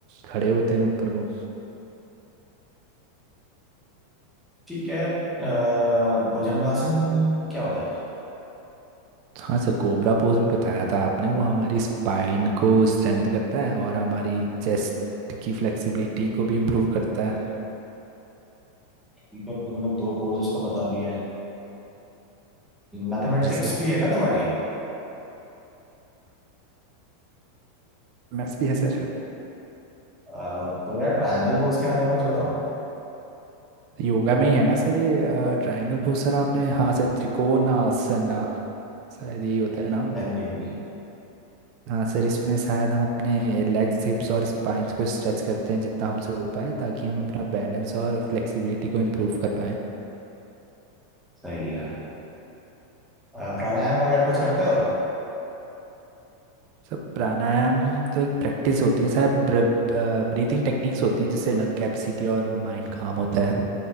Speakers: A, on the right; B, in the centre.
A: खड़े होते हैं ऊपर को
B: ठीक है अ, भुजंगासन क्या होता है
A: हाँ सर कोबरा पोज भी बताया था आपने वो हमारी स्पाइन को स्ट्रेंथ करता है और हमारी चेस्ट की फ्लेक्सिबिलिटी को भी इम्प्रूव करता है
B: ठीक है तुमने दो पोजेस तो बता दिए हैं। मैथमेटिक्स
A: जी सर
B: भी है ना तुम्हारी
A: मैथ्स भी है सर
B: अ, तो यार ट्रायंगल पोज के बारे में कुछ बताओ
A: योगा में ही है ना सर ये ट्रायंगल पोज सर आपने हाँ सर त्रिकोणासन शायद यही होता है नाम
B: हाँ जी हाँ जी
A: हाँ सर इसमें शायद हम अपने लेग्स हिप्स और स्पाइंस को स्ट्रेच करते हैं जितना हमसे हो पाए ताकि हम अपना बैलेंस और फ्लेक्सिबिलिटी को इम्प्रूव कर पाएं
B: सही है अ, प्राणायाम वगैरह कुछ करते हो
A: सर प्राणायाम तो एक प्रैक्टिस होती है शायद ब्रीथिंग टेक्निक्स होती हैं जिससे लंग कैपेसिटी और माइंड काम होता है